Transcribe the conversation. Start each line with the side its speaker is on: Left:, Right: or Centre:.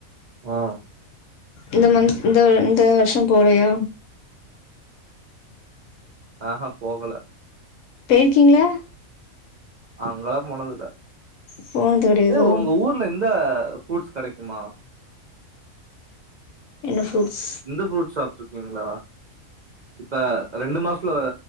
Right: ஆ
Left: இந்த மந்த் இந்த வர் இந்த வர்ஷோ போலயா
Right: ஆஹா போகல
Left: போர்க்கீங்ளா
Right: அங்களா போனதில்ல
Left: போனது கெடயாதோ
Right: ஏ உங்க ஊர்ல இந்த ஃப்ரூட்ஸ் கெடைக்குமா
Left: என்ன ஃப்ரூட்ஸ்
Right: இந்த ஃப்ரூட் ஷாப் ருக்கீங்ளா இந்த ரெண்டு மாசத்ல